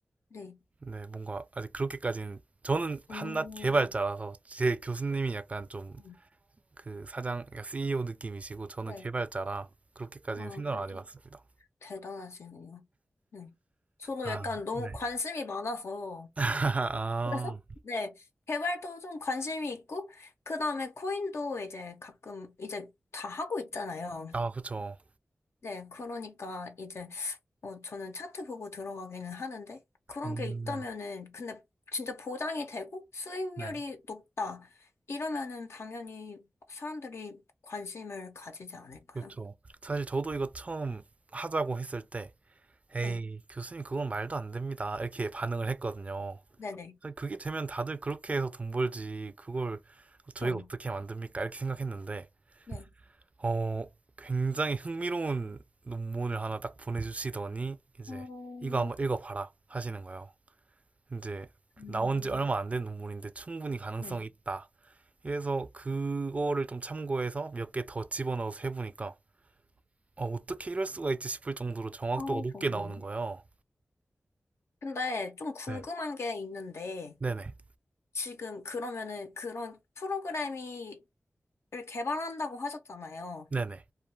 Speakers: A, on the left (about 85°); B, on the right (about 30°).
A: 네.
B: 네 뭔가 아직 그렇게까지는 저는 한낱
A: 음,
B: 개발자라서 제 교수님이 약간 좀
A: 음.
B: 그 사장 그러니까 CEO 느낌이시고 저는
A: 네.
B: 개발자라 그렇게까지는
A: 와,
B: 생각을
A: 그래도
B: 안 해봤습니다.
A: 대단하시네요. 네. 저는
B: 아,
A: 약간 너무
B: 네.
A: 관심이 많아서,
B: <laughs>
A: 그래서?
B: 아,
A: 네. 개발도 좀 관심이 있고, 그 다음에 코인도 이제 가끔, 이제 다 하고 있잖아요.
B: 아, 그쵸.
A: 네, 그러니까 이제 어 저는 차트 보고 들어가기는 하는데 그런
B: 음,
A: 게 있다면은 근데 진짜 보장이 되고 수익률이
B: 네,
A: 높다 이러면은 당연히 사람들이 관심을 가지지 않을까요?
B: 그쵸. 사실 저도 이거 처음 하자고 했을 때 에이,
A: 네,
B: 교수님 그건 말도 안 됩니다. 이렇게 반응을 했거든요.
A: 네네,
B: 그러니까 그게 되면 다들 그렇게 해서 돈 벌지. 그걸 저희가
A: 저,
B: 어떻게 만듭니까? 이렇게 생각했는데,
A: 네,
B: 어, 굉장히 흥미로운 논문을 하나 딱 보내주시더니, 이제
A: 어,
B: 이거 한번 읽어봐라 하시는 거예요. 이제
A: 음,
B: 나온 지 얼마 안 된 논문인데 충분히 가능성이
A: 네,
B: 있다. 그래서 그거를 좀 참고해서 몇 개 더 집어넣어서 해보니까, 어, 어떻게 이럴 수가 있지 싶을 정도로 정확도가
A: 아,
B: 높게
A: 좋은데요?
B: 나오는 거예요.
A: 근데 좀 궁금한
B: 네.
A: 게 있는데
B: 네네.
A: 지금 그러면은 그런 프로그램이 를 개발한다고 하셨잖아요.
B: 네네.